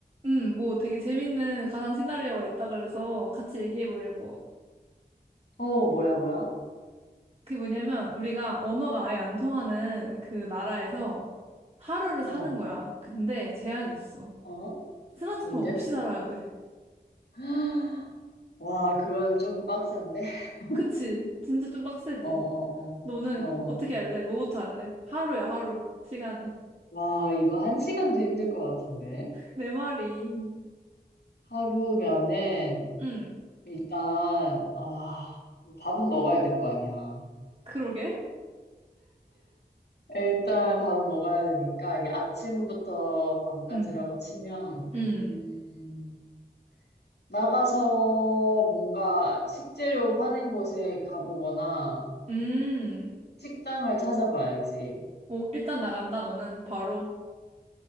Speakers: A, on the right (about 40°); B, on the left (about 80°).
A: 음, 뭐 되게 재밌는 가상 시나리오가 있다 그래서 같이 얘기해 보려고.
B: 어, 뭐야, 뭐야?
A: 그게 뭐냐면 우리가 언어가 아예 안 통하는 그 나라에서 하루를 사는
B: 어,
A: 거야. 근데 제한이 있어.
B: 어?
A: 스마트폰
B: 뭔데?
A: 없이 살아야 돼.
B: <gasps> 와, 그건 좀 빡센데? <laughs>
A: 그치? 진짜 좀 빡세지?
B: 어, 어,
A: 너는
B: 어, 어.
A: 어떻게 할래? 뭐부터 할래? 하루야, 하루. 시간이.
B: 와, 이거 한 시간도 힘들 것 같은데?
A: 내 말이.
B: 하루면은,
A: 응,
B: 일단, 아, 밥은 먹어야 될 거 아니야.
A: 그러게.
B: 일단 밥은 먹어야 되니까, 이게 아침부터 밤까지라고
A: 응,
B: 치면,
A: 응,
B: 음, 나가서 뭔가 식재료 파는 곳에 가보거나,
A: 음
B: 식당을 찾아봐야지.
A: 오, 일단 나간다, 너는. 바로.